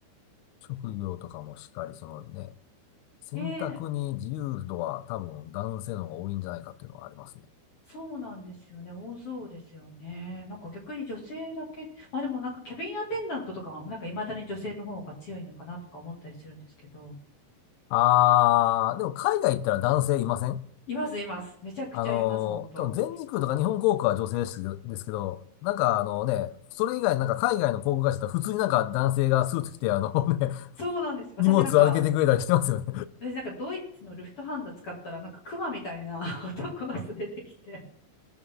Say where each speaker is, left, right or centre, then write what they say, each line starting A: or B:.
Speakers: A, on the left (about 80°); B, on the left (about 40°).
A: 職業とかもしっかり、そのね、選択に自由度は多分男性の方が多いんじゃないかっていうのはありますね。
B: ええそうなんですよね。多そうですよね。なんか逆に女性だけ、まあでもなんかキャビンアテンダントとかは、なんか未だに女性の方が強いのかなとか思ったりするんですけど。
A: ああ、でも海外行ったら男性いません
B: います、います。めちゃくちゃいます、
A: あの、
B: 本当。
A: 多分全日空とか日本航空は女性ですけど、ですけどなんかあのね、それ以外なんか海外の航空会社だって普通になんか男性がスーツ着てあの <laughs> ね、
B: そうなんですよ。私なんか、
A: 荷物を預けてくれたりしてますよね。
B: 私なんかドイツのルフトハンダ使ったら、なんかクマみたいな <laughs> 男の人出てきて、